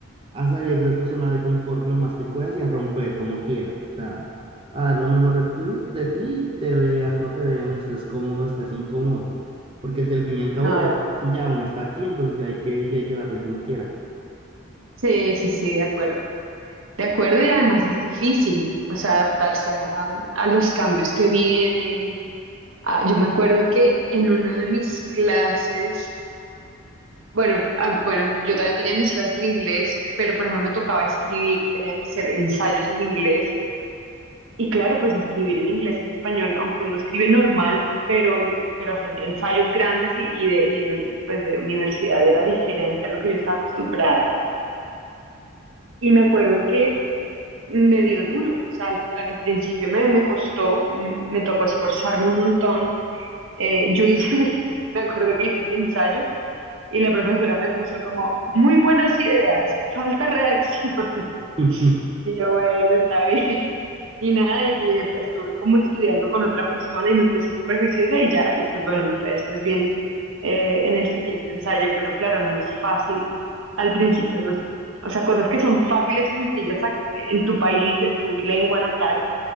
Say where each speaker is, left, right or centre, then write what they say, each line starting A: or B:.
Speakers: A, on the right (about 25°); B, on the right (about 70°).
A: a salir de tu zona de confort lo más que puedas y a romper como quieras. O sea, a dar lo mejor de, tú, de ti, te vean, no te vean, estés cómodo, estés incómodo. Porque es que al fin y al cabo
B: No,
A: ya,
B: de acuerdo.
A: ya uno está aquí, entonces ya hay que, ya hay que darle como quiera.
B: Sí, sí, sí, de acuerdo. De acuerdo, y además es difícil, o sea, adaptarse a, a los cambios que vienen. Ah, yo me acuerdo que en una de mis clases, bueno, ah, bueno, yo también tenía mis clases en inglés, pero por ejemplo me tocaba escribir y tenía que hacer ensayos en inglés. Y claro, pues escribir en inglés y en español, aunque uno escribe normal, pero, pero hacer ya ensayos grandes y, y de, y de, pues de universidad era diferente a lo que yo estaba acostumbrada. Y me acuerdo que me dio duro, o sea, al, al principio me, me costó, mm, me tocó esforzarme un montón. Eh, yo hice <laughs> mi, me acuerdo que hice mi ensayo y la profesora me puso como, muy buenas ideas, falta redacción. <laughs>
A: <laughs>
B: Y yo, bueno, está bien. <laughs> Y nada, y, y estuve como estudiando con otra persona y me puse súper juiciosa y ya, y pues bueno, me fue después bien eh, en el siguiente ensayo, pero claro, no es fácil al principio, no es- o sea, cosas que son fáciles y sencillas ac- en tu país, en tu lengua natal,